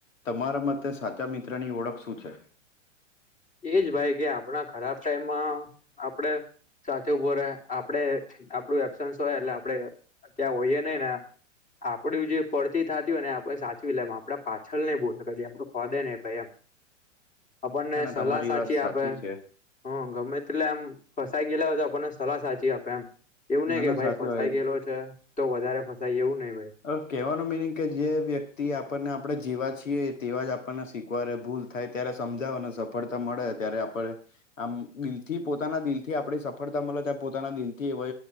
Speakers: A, on the left (about 90°); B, on the left (about 20°).
A: તમારા મતે સાચા મિત્રની ઓળખ શું છે?
B: એજ ભાઈ કે આપણા ખરાબ ટાઈમમાં આપડે સાથે ઉભો રહે આપડે આપડું એબસન્સ હોય એટલે આપડે ત્યાં હોઈય નહ ને આપડું જે પડતી થતી હોય ને આપડે સાચવી લે એમ આપડે પાછળ નહી બોલાય એમું ખદે નહી ભાઈ એમ. આપણને
A: ના ના
B: સલાહ
A: તમારી
B: સાચી
A: વાત
B: આપે.
A: છે.
B: હ ગમે તેટલે એમ ફસાઈ ગયેલા હોય તો આપણને સલાહ સાચી આપે એમ. એવું નહીં
A: ના
B: કે
A: ના
B: ભાઈ
A: સાચી
B: ગયેલો છે તો વધારે ફસાય એવું નહી ભાઈ.
A: હવે કહેવાનો મિનિંગ કે જે વ્યક્તિ આપણને આપણે જેવા છીએ તેવા જ આપણને સ્વીકારે ભૂલ થાય ત્યારે સમજાવો ને સફળતા મળે ત્યારે આપડે આમ દિલથી પોતાના દિલ થી આપડે સફળતા મળે તો પોતાના દિલ થી એવા